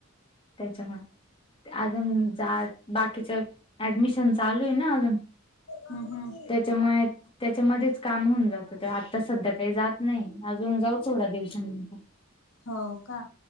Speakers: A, on the left; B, on the left.
A: त्याच्यामुळे अजून जा बाकीच ऍडमिशन चालू आहे ना अजून.
B: हम्म हम्म.
A: त्याच्यामुळे त्याच्यामध्येच काम होऊन जातं. ते आता सध्या काही जात नाही. अजून जाऊ थोडा दिवसानंतर
B: हो का.